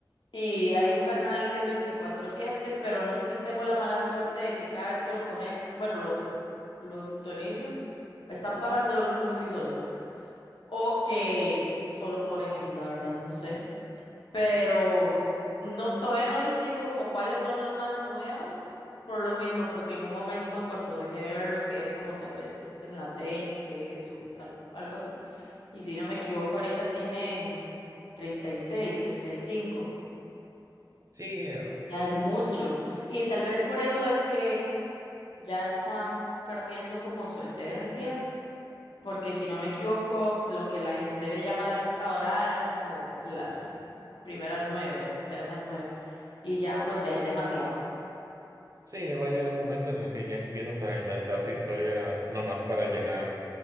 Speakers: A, on the left; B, on the right.
A: Y hay un canal que es veinticuatro siete, pero no sé si tengo la mala suerte de que cada vez que lo conecto, bueno, lo, lo sintonizo, están pasando los mismos episodios o que solo ponen eso, la verdad, no sé pero no, todavía no distingo como cuáles son los más nuevos, por lo mismo, porque en un momento cuando dejé de verlo quedé como tal vez en las 20 o tal, algo así. Y si no me equivoco, ahorita tienen treinta treinta y seis treinta y cinco
B: sí, eh,
A: Ya es mucho. Y tal vez por eso es que ya están perdiendo como su esencia Porque si no me equivoco, lo que la gente le llama la época dorada era como las pr- primeras nueve o terceras nueve. Y ya, pues ya es demasiado.
B: sí, va a llegar un momento en el que ya empiezas a inventarse historias nomás para llenar.